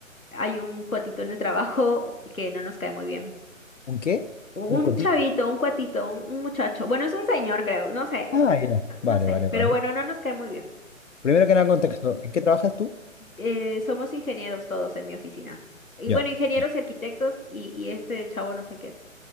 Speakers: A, on the left; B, on the left.
A: hay un cuatito en el trabajo que no nos cae muy bien.
B: ¿Un qué?
A: Un
B: Un cotito.
A: chavito, un cuatito, un, un muchacho. Bueno, es un señor, creo. No sé,
B: Ah, ya.
A: no
B: Vale,
A: sé.
B: vale,
A: Pero
B: vale.
A: bueno, no nos cae muy bien.
B: Primero que nada, contexto. ¿En qué trabajas tú?
A: Eh, somos ingenieros todos en mi oficina. Y
B: Ya.
A: bueno, ingenieros
B: Ya.
A: y arquitectos y, y este chavo no sé qué es.